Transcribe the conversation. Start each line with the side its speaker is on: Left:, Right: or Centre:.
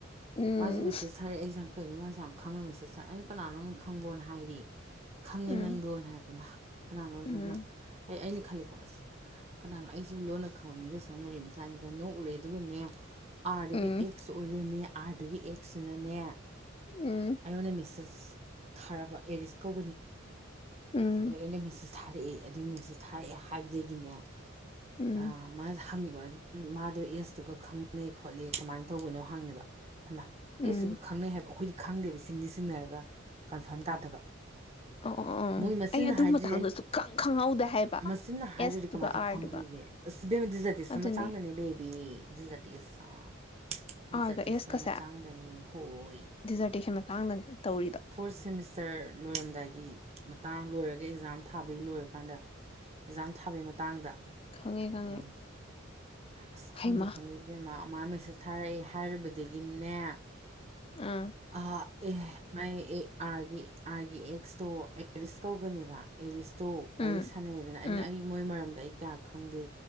Left: ꯎꯝ
Right: ꯃꯥꯖꯤ ꯃꯦꯁꯦꯖ ꯊꯔꯦ ꯑꯩꯖꯦ ꯀꯩꯅꯣ ꯃꯥ ꯈꯪꯉ ꯅꯥ ꯃꯤꯁꯦꯁ ꯇꯊꯔꯛ ꯑꯩꯅ ꯀꯅꯥꯅꯣ ꯈꯪꯕ꯭ꯔꯣꯅ ꯍꯥꯏꯔꯤ ꯈꯪꯉꯤ
Left: ꯎꯝ
Right: ꯅꯪꯗꯣꯅ ꯍꯥꯏꯔꯛꯀꯣ ꯃꯥ ꯀꯅꯥꯅꯣꯕ
Left: ꯎꯝ
Right: ꯃꯥ ꯑꯩ ꯑꯩꯅ ꯈꯜꯂꯦꯀꯣ ꯑꯁ ꯀꯅꯥꯅꯣ ꯑꯩꯁꯨꯕꯨ ꯂꯣꯟꯅ ꯈꯪꯕ ꯃꯤꯒꯥꯁꯨ ꯌꯥꯝ ꯂꯩꯔꯝꯃꯤꯖꯠꯅꯤ ꯀꯥꯏ ꯅꯣꯛ ꯎꯔꯦ ꯑꯗꯨꯒꯅꯦ ꯑꯥꯔꯗꯨꯒꯤ
Left: ꯎꯝ
Right: ꯑꯦꯛꯁ ꯑꯣꯏꯗꯔꯝꯃꯤ ꯑꯥꯔ ꯗꯨꯒꯤ ꯑꯩ ꯁꯨꯅꯅꯦ
Left: ꯎꯝ
Right: ꯑꯩꯉꯣꯟꯗ ꯃꯦꯁꯖ ꯊꯥꯔꯕ ꯑꯦꯔꯤꯁ ꯀꯧ
Left: ꯎꯝ
Right: ꯑꯗ ꯑꯩꯅꯥ ꯃꯁꯦ ꯊꯥꯔꯛꯑꯦ ꯑꯗꯨꯒꯤ ꯃꯦꯁꯦꯁ ꯊꯥꯔꯛꯑꯦ ꯍꯥꯏꯕꯗꯒꯤꯅꯦ
Left: ꯎꯝ
Right: ꯑ ꯃꯥ ꯍꯪꯉꯦꯕ ꯃꯥꯗꯣ ꯑꯦꯖꯇꯨꯒ ꯈꯪꯅꯩ ꯈꯣꯠꯂꯦ ꯀꯃꯥꯏꯅ ꯇꯧꯕꯅꯣ ꯍꯪꯉꯦꯕ ꯍꯩ ꯃꯥ ꯑꯩꯁꯨꯒ
Left: ꯎꯝ
Right: ꯈꯪꯅꯩ ꯍꯥꯏꯕ ꯑꯩꯈꯣꯏꯗꯤ ꯈꯪꯗꯦꯕ ꯆꯤꯡꯗꯤ - ꯆꯤꯥꯡꯅꯔꯒ ꯀꯟꯐꯥꯔꯝ ꯇꯥꯗꯕ
Left: ꯑꯣ ꯑꯣ ꯑꯣ
Right: ꯃꯣꯏ ꯃꯆꯤꯟꯅ
Left: ꯑꯩ ꯑꯗꯨ
Right: ꯍꯥꯏꯗ꯭ꯔꯤ
Left: ꯃꯇꯥꯡꯗ
Right: ꯑꯩ
Left: ꯁꯨꯛꯈꯪ ꯈꯪꯍꯧꯗꯦ ꯍꯥꯏꯕ
Right: ꯃꯆꯤꯟꯅ ꯍꯥꯏꯗꯔꯗꯤ
Left: ꯑꯦꯁꯇꯨꯒ
Right: ꯀꯃꯥꯏ ꯇꯧ
Left: ꯑꯥꯔꯗꯨꯒ
Right: ꯈꯪꯗꯣꯏꯒꯦ ꯑꯁ ꯏꯕꯦꯝꯃ ꯗꯤꯖꯔꯇꯦꯁꯟ
Left: ꯑꯗꯨꯅꯤ
Right: ꯃꯇꯥꯡꯗꯅꯦ ꯕꯦꯕꯤ ꯗꯤꯖꯔꯇꯦꯁꯟ ꯗꯤꯖꯔꯇꯦꯁꯟ
Left: ꯑꯥꯔꯒ ꯑꯦꯁꯀꯁꯦ
Right: ꯃꯥꯇꯡꯗꯅꯤ ꯍꯣꯏ
Left: ꯗꯤꯖꯔꯇꯦꯁꯟ ꯃꯇꯥꯡꯗꯅꯦ ꯇꯧꯔꯤꯗꯣ
Right: ꯐꯣꯔꯠ ꯁꯦꯃꯤꯁꯇꯔ ꯂꯣꯏꯔꯝꯗꯥꯏꯒꯤ ꯃꯇꯥꯡ ꯂꯣꯏꯔꯒ ꯑꯦꯛꯖꯥꯝ ꯊꯥꯕꯒꯤ ꯂꯣꯏꯔꯀꯥꯟꯗ ꯑꯦꯛꯖꯥꯝ ꯊꯥꯕꯩ ꯃꯇꯥꯡꯗ
Left: ꯈꯪꯉꯦ ꯈꯪꯉꯦ
Right: ꯑꯗꯨꯝ ꯑꯁ
Left: ꯍꯩꯃ
Right: ꯈꯪꯗꯦ ꯈꯪꯗꯦ ꯏꯕꯦꯃꯥ ꯃꯥ ꯃꯦꯁꯦꯁ ꯊꯥꯔꯛꯑꯦ ꯍꯥꯏꯔꯨꯕꯗꯒꯤꯅꯦ
Left: ꯑꯥ
Right: ꯑ ꯑꯦꯍ ꯃꯥꯏ ꯑꯥꯔꯒꯤ ꯑꯥꯔꯒꯤ ꯑꯦꯛꯁꯇꯣ ꯑꯦꯔꯤꯁ ꯀꯧꯕꯅꯦꯕ ꯑꯦꯔꯤꯁ ꯇꯣ ꯋꯥꯔꯤ
Left: ꯎꯝ
Right: ꯁꯥꯟꯅꯩꯗꯅ
Left: ꯎꯝ
Right: ꯑꯩꯅ ꯑꯩ ꯃꯣꯏ ꯃꯔꯝꯗ ꯑꯩ ꯀꯌꯥ ꯈꯪꯗꯦ